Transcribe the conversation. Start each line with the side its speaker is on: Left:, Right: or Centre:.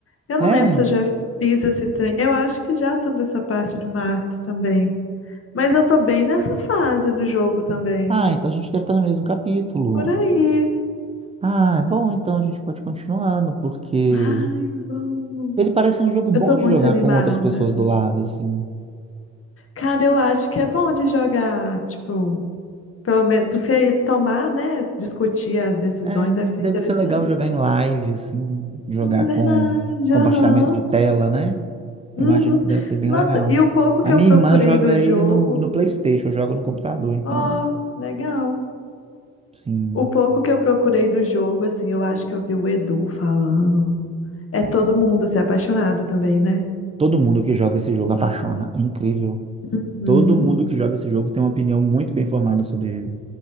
Left: Eu
Right: É.
Left: não lembro se eu já fiz esse trem. Eu acho que já tô nessa parte do Marcos também. Mas eu tô bem nessa fase do jogo também.
Right: Ah, então a gente deve estar no mesmo capítulo.
Left: Por aí.
Right: Ah, é bom, então a gente pode continuando, porque
Left: Ai, vamos.
Right: ele parece um jogo bom
Left: Eu tô
Right: de
Left: muito
Right: jogar
Left: animada.
Right: com outras pessoas do lado, assim.
Left: Cara, eu acho que é bom de jogar, tipo, pelo menos, pra você tomar, né? Discutir as decisões
Right: É,
Left: deve ser
Right: deve
Left: interessante.
Right: ser legal jogar em live, assim, jogar
Left: Hum, Verdade,
Right: com compartilhamento
Left: aham.
Right: de tela, né?
Left: Uhum.
Right: Eu imagino que deve ser bem
Left: Nossa,
Right: legal.
Left: e o pouco
Right: A
Left: que
Right: minha
Left: eu procurei
Right: irmã joga
Left: do jogo.
Right: ele no, no PlayStation, eu jogo no computador, então,
Left: Ó, legal.
Right: sim,
Left: O pouco que eu procurei do jogo, assim, eu acho que eu vi o Edu falando. É todo mundo, assim, apaixonado também, né?
Right: todo mundo que joga esse jogo apaixona. É incrível.
Left: Uhum.
Right: Todo mundo que joga esse jogo tem uma opinião muito bem formada sobre ele.